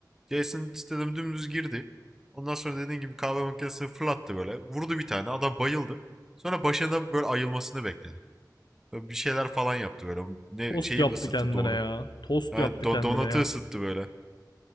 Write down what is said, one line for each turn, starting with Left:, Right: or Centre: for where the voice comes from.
Centre: Jason istedim dümdüz girdi. Ondan sonra dediğin gibi kahve makinesini fırlattı böyle. Vurdu bir tane. Adam bayıldı. Sonra başında böyle ayılmasını bekledi. Böyle bir şeyler falan yaptı böyle. Ne
Left: Tost
Centre: şeyi
Left: yaptı
Centre: ısıttı
Left: kendine
Centre: doğru.
Left: ya. Tost
Centre: Yani
Left: yaptı
Centre: do-
Left: kendine
Centre: donatı
Left: ya.
Centre: ısıttı böyle.